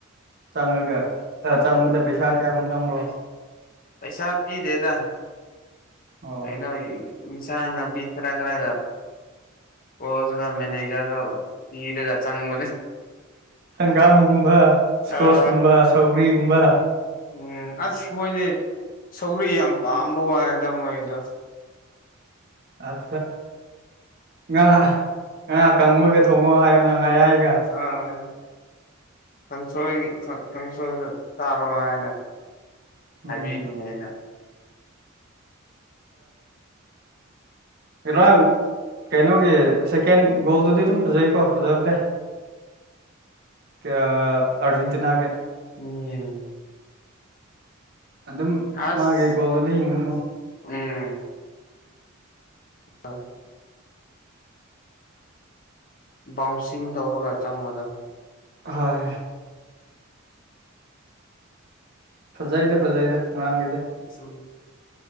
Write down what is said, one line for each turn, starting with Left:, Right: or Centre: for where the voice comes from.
Right: ꯆꯪꯉꯒ ꯆꯪꯕꯗ ꯄꯩꯁꯥ ꯀꯌꯥꯒꯨꯝ ꯆꯪꯕ꯭ꯔꯣ
Left: ꯄꯩꯁꯥ ꯄꯤꯗꯦꯗ
Right: ꯑꯣ
Left: ꯀꯩꯅꯣ ꯏꯟꯁꯥꯡ ꯅꯥꯄꯤ ꯈꯔ ꯈꯔꯒ ꯀꯣꯆꯒ ꯃꯦꯅꯦꯖꯔꯒ ꯄꯤꯔꯒ ꯆꯪꯕꯅꯤ
Right: ꯍꯪꯒꯥꯝꯒꯨꯝꯕ
Left: ꯑ
Right: ꯁꯀꯣꯁꯀꯨꯝꯕ ꯁꯧꯒ꯭ꯔꯤꯒꯨꯝꯕ
Left: ꯎꯝ ꯑꯁ ꯃꯣꯏꯅꯦ ꯁꯧꯔꯤ ꯌꯥꯝ ꯄꯥꯝꯕ ꯋꯥꯅꯤ ꯇꯃꯣꯣꯏꯗꯣ
Right: ꯑꯠ ꯉꯥ ꯉꯥ ꯀꯪꯕꯒ ꯊꯣꯡꯉꯣ ꯍꯥꯏꯌꯣ ꯅꯪ ꯉꯥꯌꯥꯏ
Left: ꯑ ꯀꯟꯁꯒꯤ ꯀꯟꯁ ꯆꯥꯔꯣ ꯍꯥꯏꯅ
Right: ꯎꯝ
Left: ꯍꯥꯏꯕꯤꯒꯅꯦ ꯑꯩꯅ
Right: ꯏꯔꯥꯡ ꯀꯩꯅꯣꯒꯤ ꯁꯦꯀꯦꯟ ꯒꯣꯜꯗꯨꯗꯤ ꯑꯗꯨꯝ ꯐꯖꯩꯀꯣ ꯐꯖꯕꯗꯦ ꯀ ꯑꯔꯖꯦꯟꯇꯤꯅꯥꯒꯦ
Left: ꯎꯝ
Right: ꯑꯗꯨꯝ
Left: ꯑꯁ
Right: ꯃꯥꯒꯦ ꯀꯣꯜꯗꯨꯗ ꯍꯤꯡꯕ
Left: ꯎꯝ <unintelligible> ꯕꯥꯎꯟꯁꯤꯡ ꯇꯧꯔꯒ ꯆꯪꯕꯗ
Right: ꯍꯣꯏ ꯐꯖꯩꯗꯤ ꯐꯖꯩꯗ ꯉꯔꯥꯡꯒꯤꯗꯤ
Left: ꯎꯝ